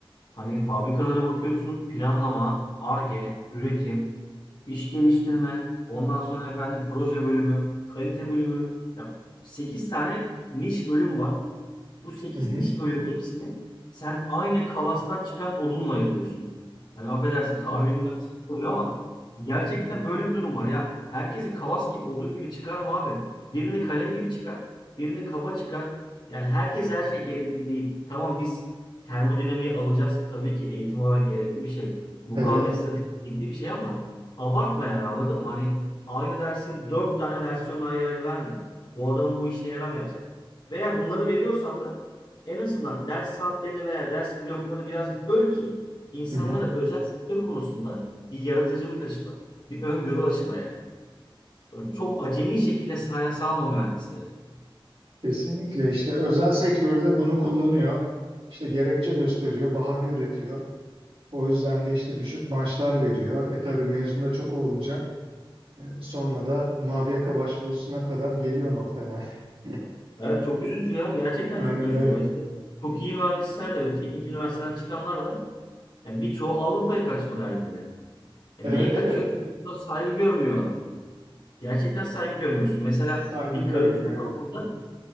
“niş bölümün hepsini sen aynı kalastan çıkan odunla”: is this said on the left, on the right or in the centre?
Left